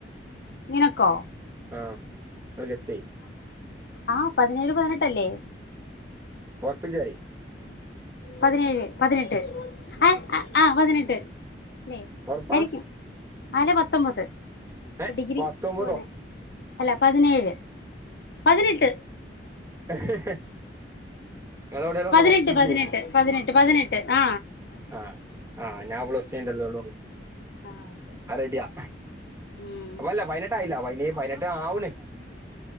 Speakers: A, on the left (about 60°); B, on the right (about 15°).
A: നിനക്കോ
B: ആ ഒന്ന് ഗസ്സ് ചെയ്
A: ആ പതിനേഴ് പതിനെട്ടല്ലേ
B: ഓർപ്പചാരി
A: പതിനേഴ് പതിനെട്ട് ആ ആ പതിനെട്ട് അല്ലേ
B: ഉറപ്പാ
A: ആയിരിക്കും അല്ലേ പത്തൊമ്പത് ഇപ്പൊ
B: ഏ
A: ഡിഗ്രി
B: പത്തൊമ്പതോ
A: പോവാണ് അല്ല പതിനേഴ് പതിനെട്ട്
B: <inaudible> എവിടെയെങ്കിലും
A: പതിനെട്ട്
B: ഒന്ന് ഉറപ്പിക്ക്
A: പതിനെട്ട് പതിനെട്ട് പതിനെട്ട് ആ
B: ആഹ് ആഹ് ഞാൻ അവളസ് ചെയണ്ടല്ലോള്ളൂ
A: ആഹ്
B: ആ റെഡിയാ
A: ഉം
B: അപ്പ അല്ല പയിനെട്ടായില്ല പ ഇനി പയിനെട്ട് ആവ്ണ്